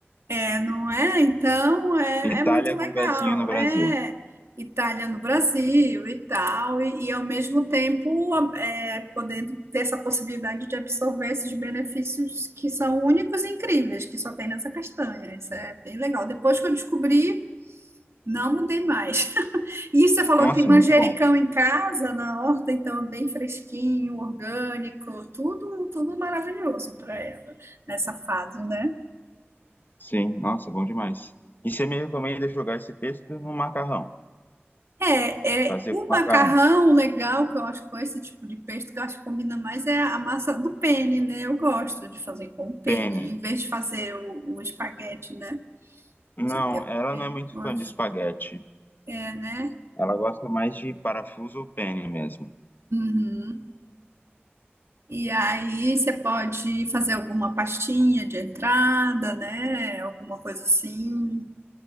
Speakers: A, on the right; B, on the left.
A: É, não é? Então é,
B: Itália
A: é muito legal,
B: com pezinho no Brasil.
A: é Itália no Brasil e tal, e, e ao mesmo tempo a- é, podendo ter essa possibilidade de absorver esses benefícios que são únicos e incríveis, que só tem nessa castanha. Isso é bem legal. Depois que eu descobri Não mudei mais. E você falou
B: Nossa,
A: que tem manjericão
B: muito bom.
A: em casa, na horta, então é bem fresquinho, orgânico, tudo, tudo maravilhoso para ela nessa fase, né?
B: Sim, nossa, bom demais. E você me recomenda jogar esse pesto no macarrão?
A: É,
B: Fazer
A: é o
B: com
A: macarrão
B: macarrão.
A: legal que eu acho com esse tipo de pesto que eu acho que combina mais é a massa do penne, né? Eu gosto de fazer com o penne,
B: Penne.
A: em vez de fazer o, o espaguete, né?
B: Não,
A: Você tem o
B: ela
A: penne,
B: não é muito
A: eu
B: fã
A: acho.
B: de espaguete.
A: É, né?
B: Ela gosta mais de parafuso ou penne mesmo.
A: Uhum. E aí você pode fazer alguma pastinha de entrada, né? Alguma coisa assim.